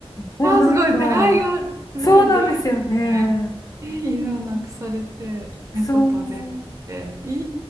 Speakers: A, on the left; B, on the right.
A: もうなんか、
B: あすごい。出会いが、すごい出会いですね。
A: そうなんですよね。
B: え犬を亡くされて、猫と出会って。
A: そう。
B: え